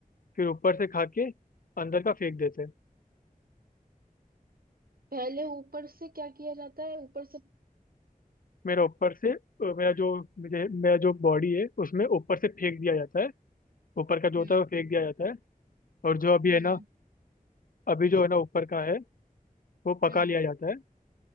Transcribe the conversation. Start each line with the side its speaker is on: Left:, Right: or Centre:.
Left: फिर ऊपर से खा के अंदर का फेंक देते हैं
Right: पहले ऊपर से क्या किया जाता है ऊपर से
Left: मेरा ऊपर से अ, मेरा जो मुझे मेरा जो बॉडी है उसमें ऊपर से फेंक दिया जाता है ऊपर का जो
Right: हम्म
Left: होता है वो फेंक दिया जाता है और जो अभी
Right: हम्म
Left: है ना अभी जो है ना ऊपर का है वो पका
Right: हम्म
Left: लिया जाता है